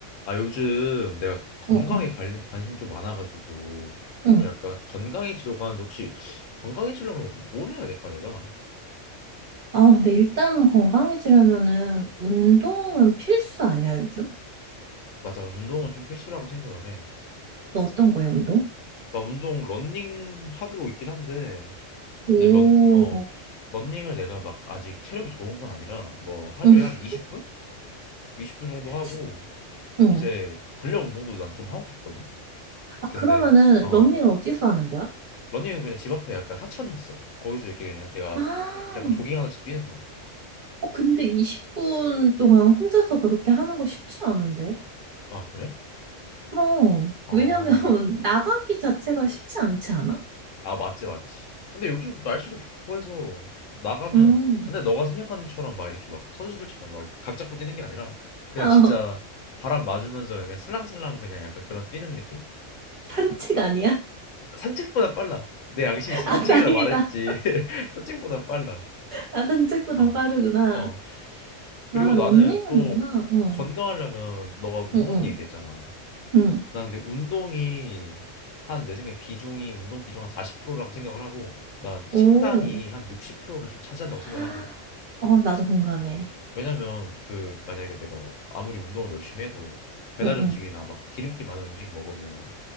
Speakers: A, on the left; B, on the right.
A: 아, 요즘 내가 건강에
B: 응, 응,
A: 관, 관심 좀 많아가지고
B: 응.
A: 좀 약간 건강해지려고 하는데 혹시 건강해지려면 뭘 해야 될까 내가?
B: 아, 근데 일단 건강해지려면은 운동은 필수 아니야, 요즘?
A: 맞아, 운동은 좀 필수라고 생각을 해.
B: 너 어떤 거야, 운동?
A: 나 운동 런닝 하고 있긴 한데
B: 오,
A: 근데 런, 어, 런닝을 내가 막 아직 체력이 좋은 건 아니라 뭐 하루에
B: 응,
A: 한 20분? 20분 정도 하고
B: 참, 응.
A: 이제 근력 운동도 난 좀 하고 싶거든?
B: 아,
A: 근데
B: 그러면은
A: 어,
B: 러닝을 어디서 하는 거야?
A: 러닝은 그냥 집 앞에 약간 하천이 있어. 거기서 이렇게 그냥 내가
B: 아,
A: 약간 조깅하듯이 뛰는 거야.
B: 어, 근데 20분 동안 혼자서 그렇게 하는 거 쉽지 않은데?
A: 아, 그래?
B: 그럼,
A: 어,
B: 왜냐면 <laughs> 나가기 자체가 쉽지 않지 않아?
A: 아, 맞지, 맞지. 근데 요즘 날씨도 좋고 해서 나가면,
B: 음,
A: 근데 너가 생각하는 처럼 막 이렇게 막 선수들처럼 막 각 잡고 뛰는 게 아니라 그냥
B: 어,
A: 진짜 바람 맞으면서 그냥 슬랑슬랑 그냥 약간 그런 뛰는 느낌?
B: 산책 아니야?
A: 산책보다 빨라. 내 양심
B: <laughs>
A: 있으면
B: 아,
A: 산책이라
B: 다행이다.
A: 말했지. <laughs> 산책보다 빨라.
B: 아, 산책보다
A: 어,
B: 빠르구나.
A: 어. 그리고
B: 아,
A: 나는
B: 러닝 하는구나.
A: 또
B: 응.
A: 건강하려면 너가 운동
B: 응, 응,
A: 얘기했잖아.
B: 응.
A: 나 근데 운동이 한 내 생각에 비중이 운동 비중 한 40%라고 생각을 하고 난 식단이
B: 오.
A: 한 60%를 좀 차지한다고
B: <gasps>
A: 생각을 하거든.
B: 어, 나도 공감해.
A: 어. 왜냐면 그 만약에 내가 아무리 운동을 열심히 해도 배달
B: 응,
A: 음식이나
B: 응.
A: 막 기름기 많은 음식 먹으면